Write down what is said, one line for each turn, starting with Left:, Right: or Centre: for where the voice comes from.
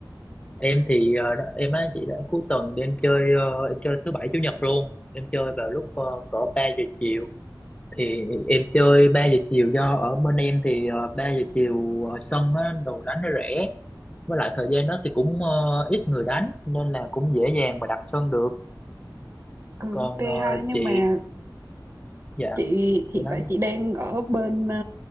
Left: em thì ờ, đã- em á chị đã cuối tuần đi em chơi ờ, em chơi thứ bảy chủ nhật luôn em chơi vào lúc uh, cỡ ba giờ chiều thì em chơi ba giờ chiều do ở bên em thì uh, 3 giờ chiều ờ, sân á, đồ đánh nó rẻ với lại thời gian đó thì cũng ờ, ít người đánh nên là cũng dễ dàng mà đặt sân được
Right: Ừ
Left: còn
Right: ok
Left: ờ,
Right: ha, nhưng
Left: chị
Right: mà
Left: dạ
Right: Chị
Left: chị
Right: hiện
Left: nói
Right: tại
Left: đi
Right: chị đang ở bên ờ,